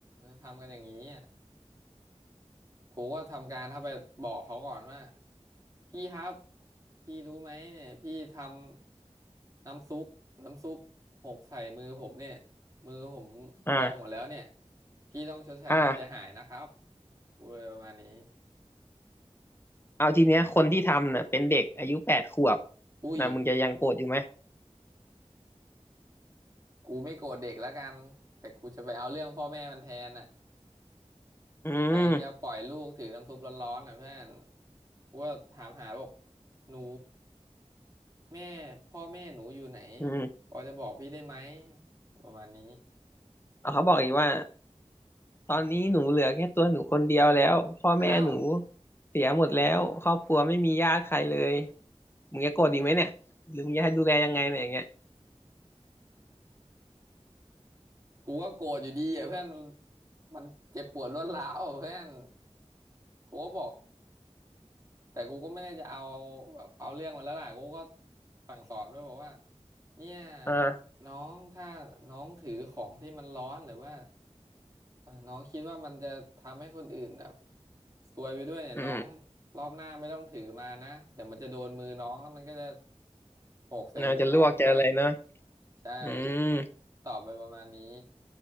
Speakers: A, on the right; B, on the left.
A: ทำกันอย่างนี้อ่ะกูก็ทำการถ้าไปบอกเขาก่อนว่าพี่ครับพี่รู้ไหมเนี่ยพี่ทำน้ำซุปน้ำซุปหกใส่มือผมเนี่ยมือผมพองหมดแล้วเนี่ย
B: อ่า
A: พี่ต้องชดใช้ค่าเสียหายนะครับ
B: อ่า
A: พูดไปประมาณนี้
B: เอาทีเนี้ยคนที่ทำเนี่ยเป็นเด็กอายุแปดขวบ
A: อุ้ย
B: นะมึงจะยังโกรธอยู่ไหม
A: กูไม่โกรธเด็กแล้วกันแต่กูจะไปเอาเรื่องพ่อแม่มันแทนอ่ะ
B: อืม
A: ไปยังจะปล่อยลูกถือน้ำซุปร้อนๆอ่ะเพื่อนกูก็ถามหาบอกหนูแม่พ่อแม่หนูอยู่ไหน
B: อืม
A: พอจะบอกพี่ได้ไหมประมาณนี้
B: เอาเขาบอกอีกว่า ตอนนี้หนูเหลือแค่ตัวหนูคนเดียวแล้วพ่อแม่หนู
A: อ้าว
B: เสียหมดแล้วครอบครัวไม่มีญาติใครเลยมึงจะโกรธอีกไหมเนี่ยหรือมึงจะให้ดูแลยังไงเนี่ยอย่างเงี้ย
A: กูก็โกรธอยู่ดีอ่ะเพื่อนมันเจ็บปวดรวดร้าวอ่ะเพื่อนกูก็บอก แต่กูก็ไม่ได้จะเอาแบบเอาเรื่องมันแล้วล่ะกูก็สั่งสอนด้วยบอกว่าเนี่ย
B: อ่า
A: น้องถ้าน้องถือของที่มันร้อนหรือว่าเอ่อน้องคิดว่ามันจะทำให้คนอื่นแบบซวยไปด้วยเนี่ยน้อง
B: อืม
A: รอบหน้าไม่ต้องถือมานะเดี๋ยวมันจะโดนมือน้องแล้วมันก็จะโขกใส่มือน้องด้วย
B: เรานจะลวกจะอะไรเนาะ
A: ใช่
B: อืม
A: ตอบไปประมาณนี้